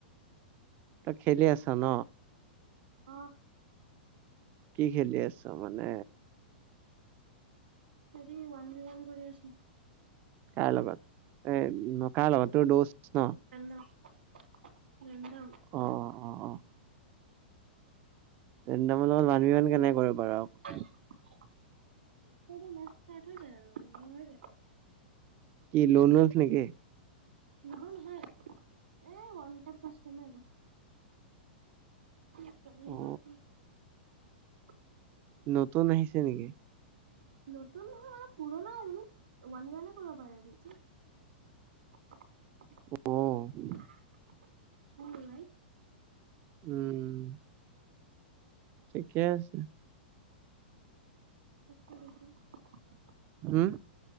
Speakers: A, on the right (about 35°); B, on the right (about 80°).
A: তই খেলি আছ ন?
B: অ
A: কি খেলি আছ মানে?
B: সেৰি ওৱান ভি ওৱান কৰি আছোঁ।
A: কাৰ লগত এ ন কাৰ লগত তো দচ ন'?
B: <unintelligible>
A: অ অ অ ৰেন্দমৰ লগত ওৱান ভি ওৱান কেনেকে কৰিব পাৰ আক।
B: <unintelligible> যায় আৰু হৈ যায়।
A: কি লোন ৱলফ নেকি
B: নহয় নহয়, এই ওৱান টাইপ কাছতম আৰু। <unintelligible>
A: অ নতুন আহিছে নেকি?
B: নতুন নহয় মানে পুৰণা আৰু ওৱান ভি ওৱানে কৰিব পাৰে আৰু। <unintelligible>
A: অঁ।
B: <unintelligible>
A: উমঁ। ঠিকে আছে।
B: <unintelligible>
A: হুম?